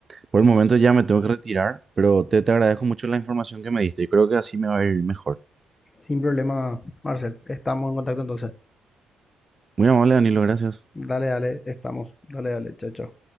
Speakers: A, on the right; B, on the left.
A: por el momento ya me tengo que retirar, pero te, te agradezco mucho la información que me diste y creo que así me va a ir mejor.
B: Sin problema, Marcel. Estamos en contacto entonces.
A: Muy amable, Danilo, gracias.
B: Dale, dale, estamos. Dale, dale, chao, chao.